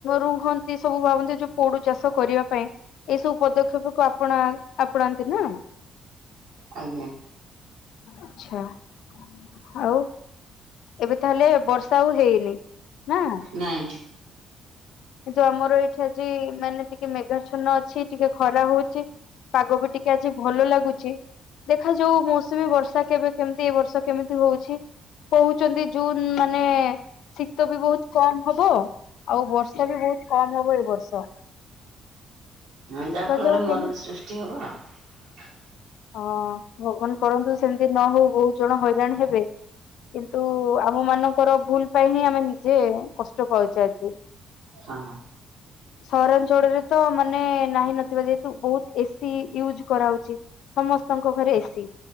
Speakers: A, on the left; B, on the right.
A: ରୁହନ୍ତି ସବୁ ଭାବନ୍ତି ଯୋଉ ପୋଡୁ ଚାଷ କରିବା ପା ପାଇଁ ଏଇ ସବୁ ପଦକ୍ଷେପ କୁ ଆପଣା ଆପଣାନ୍ତି ନା।
B: ଆଜ୍ଞା
A: ଆଚ୍ଛା। ଆଉ। ଏବେ ତାହେଲେ ବର୍ଷା ଆଉ ହେଇନି? ନାଁ।
B: ନାଇଁ
A: କିନ୍ତୁ ଆମର ଏଇଠି ଆଜି ମାନେ ଟିକେ ମେଘା ଚ୍ଛନ ଅଛି ଟିକେ ଖରା ହଉଛି ପାଗ ବି ଟିକେ ଆଜି ଭଲ ଲାଗୁଚି। ଦେଖା ଯାଉ ମୌସୁମୀ ବର୍ଷା କେବେ କେମିତି ଏଇ ବର୍ଷ କେମିତି ହଉଛି। କହୁଛନ୍ତି ଜୁନ୍ ମାନେଏ ଶୀତ ବି ବହୁତ କମ୍ ହବ ।ଆଉ ବର୍ଷା ବି ବହୁତ କମ ହବ ଏ ବର୍ଷ।
B: ହଁ ଯାହା
A: ଦେଖାଯାଉ
B: ଫଳରେ
A: କେମିତି
B: ମରୁଡି ସୃଷ୍ଟି ହବ ଆଉ।
A: ହଁ ଭଗବାନ କରନ୍ତୁ ସେମିତି ନ ହଉ ବହୁତ ଜଣ ହଇରାଣ ହେବେ। କିନ୍ତୁ ଆମ ମାନଙ୍କର ଭୁଲ ପାଇଁ ହିଁ ଆମେ ନିଜେ କଷ୍ଟ ପାଉଛେ ଆଜି।
B: ହଁ
A: ସହରାଞ୍ଚଳରେ ତ ମାନେ ନାହିଁ ନଥିବା ଯେହେତୁ ବହୁତ ଏସି ୟୁଜ୍ କରାହେଉଛଚି ।ସମସ୍ତଙ୍କ ଘରେ ଏସିି